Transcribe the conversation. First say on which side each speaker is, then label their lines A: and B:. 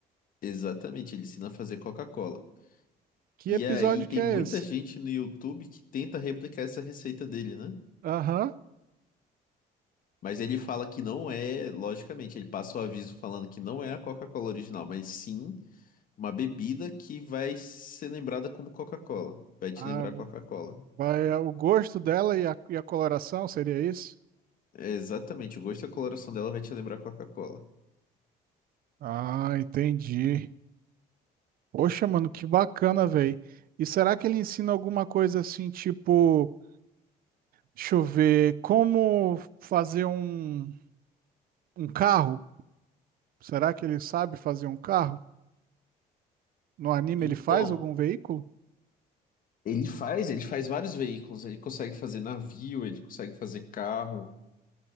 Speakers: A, on the left; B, on the right.
A: Exatamente, ele ensina a fazer Coca-Cola.
B: Que
A: E
B: episódio
A: aí tem
B: que é
A: muita
B: esse?
A: gente no YouTube que tenta replicar essa receita dele, né?
B: Aham.
A: Mas ele fala que não é, logicamente, ele passa o aviso falando que não é a Coca-Cola original, mas sim uma bebida que vai ser lembrada como Coca-Cola. Vai te
B: Ah,
A: lembrar Coca-Cola.
B: vai, é o gosto dela e a, e a coloração, seria isso?
A: É, exatamente, o gosto e a coloração dela vai te lembrar Coca-Cola.
B: Ah, entendi. Poxa, mano, que bacana, velho. E será que ele ensina alguma coisa assim, tipo, deixa eu ver, como fazer um, um carro? Será que ele sabe fazer um carro? No anime
A: Então,
B: ele faz algum veículo?
A: Ele faz, ele faz vários veículos, ele consegue fazer navio, ele consegue fazer carro.